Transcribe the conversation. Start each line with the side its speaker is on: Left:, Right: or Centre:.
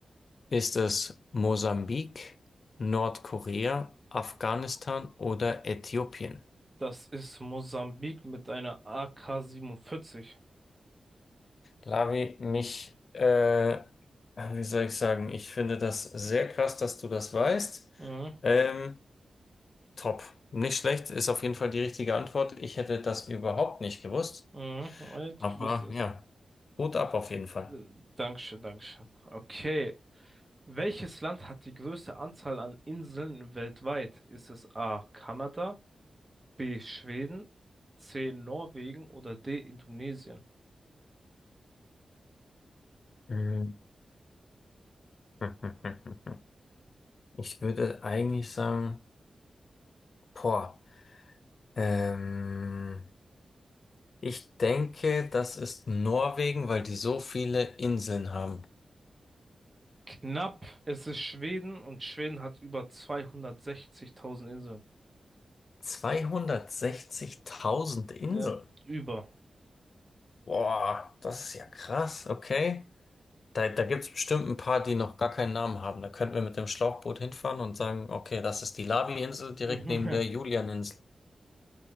Left: Ist es Mosambik, Nordkorea, Afghanistan oder Äthiopien?
Right: das ist Mosambik mit einer AK-47.
Left: Lavi, mich, äh, wie soll ich sagen, ich finde das sehr krass, dass du das weißt.
Right: Mhm.
Left: Ähm, top. Nicht schlecht, ist auf jeden Fall die richtige Antwort. Ich hätte das überhaupt nicht gewusst.
Right: Mhm.
Left: Aber
Right: Ich wusste es.
Left: ja, gut ab auf jeden Fall.
Right: Äh, Dankeschön, Dankeschön. Okay. Welches Land hat die größte Anzahl an Inseln weltweit? Ist es A. Kanada, B. Schweden, C. Norwegen oder D. Indonesien?
Left: Mhm. <laughs> Ich würde eigentlich sagen. Boah, ähm, ich denke, das ist Norwegen, weil die so viele Inseln haben.
Right: Knapp, es ist Schweden und Schweden hat über zweihundertsechzigtausend Inseln.
Left: 260.000 Inseln.
Right: Ja, über.
Left: Boah, das ist ja krass, okay. Da, da gibt es bestimmt ein paar, die noch gar keinen Namen haben. Da könnten wir mit dem Schlauchboot hinfahren und sagen, okay, das ist die lavi insel
Right: <laughs>
Left: direkt neben der Julian-Insel.